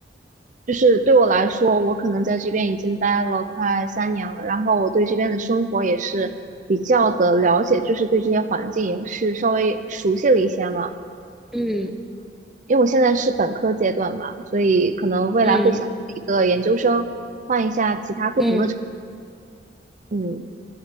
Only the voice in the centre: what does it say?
嗯
嗯
嗯，